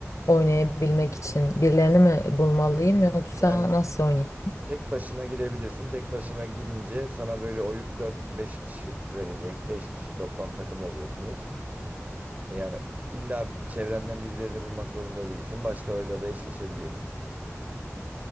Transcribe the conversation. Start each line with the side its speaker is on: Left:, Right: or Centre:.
Left: oynayabilmek için? Birilerini mi bulmalıyım yoksa
Right: Yani
Left: nasıl oynayayım?
Right: tek başına girebilirsin. Tek başına girince sana böyle oyun dört beş kişi verecek. beş kişi toplam takım oluyorsunuz. Yani illa çevrenden birilerini bulmak zorunda değilsin. Başkalarıyla da eşleşebiliyorsun.